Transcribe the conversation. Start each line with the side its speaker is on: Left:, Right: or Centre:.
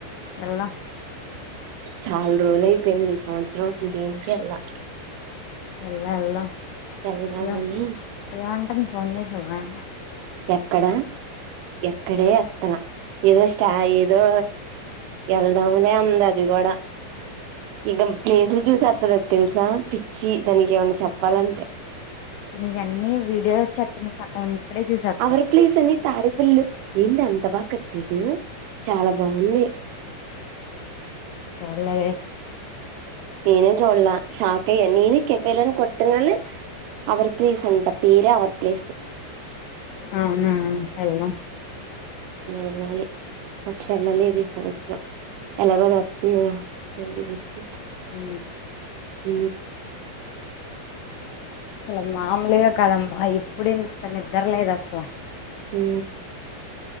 Left: ఎల్ల
Right: చాలా రోజులయిపోయింది ఈ సంవత్సరం అసలు దీనికేళ్లా
Left: ఎల్ల ఎల్దమ్
Right: వెళ్దామని
Left: ఏ ఏమంటన్ ఫోన్ చేసావా
Right: ఎక్కడ ఎక్కడే ఎత్తలా ఏదో స్టా ఏదో ఎళ్దాములే అంది అది కూడా ఇగ ప్లేసులు చూసేత్తది అది తెలుసా పిచ్చి దానికి ఏమన్నా చెప్పాలంటే
Left: నీకన్ని వీడియో చెప్పిన సగం ఇక్కడే చూసేస్తావు
Right: అవరి ప్లీస్ అని తాడేపల్లిలో ఏంటి అంత బా కట్టాడు చాలా బాగుంది
Left: చూడలేదే
Right: నేను చూడల షాక్ అయ్య నేనె కెఫేలని కొట్టంగానే అవర్ ప్లీస్ అంట పేరే అవర్ ప్లేసు
Left: అవునా ఎల్దం
Right: ఎల్లాలి అసలు ఏళ్లలేదు ఈ సంవత్సరం ఎలాగో అది వత్తుంది గా
Left: ఉ
Right: ఉ
Left: అసలు మామూలుగా కాదమ్మా ఇప్పుడు ఇంత నిద్దర లేదు అసలు
Right: ఉ